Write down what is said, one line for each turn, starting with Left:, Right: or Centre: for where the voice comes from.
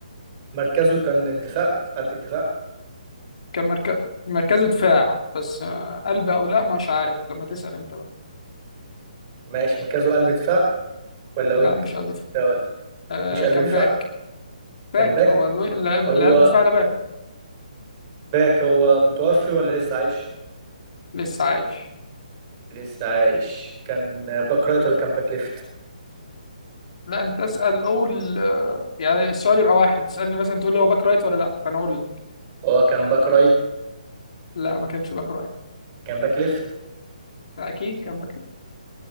Right: مركزه كان الدفاع في قلب الدفاع
Left: كان مركز مركزه دفاع بس آه، قلب او لا مش عارف لما تسأل انت بقى
Right: ماشي مركزه قلب دفاع ولا
Left: لا
Right: وينج
Left: مش قلب دفاع
Right: لا، ولا-
Left: آه
Right: مش قلب
Left: كان
Right: دفاع
Left: باك
Right: كان
Left: باك
Right: باك
Left: هو الو... اللاعب-
Right: هو
Left: اللي قلب دفاع على باك
Right: باك هو متوفي ولا لسه عايش
Left: لسه عايش
Right: لسه عايش كان باك رايت ولا كان باك ليفت
Left: لا انت اسأل قول آه، يعني السؤال يبقى واحد تسألني مثلا تقول لي هو باك رايت ولا لا فانا اقول لك
Right: هو كان باك رايت
Left: لا ما كانش باك رايت
Right: كان باك ليفت
Left: لا، اكيد كان باك ليفت.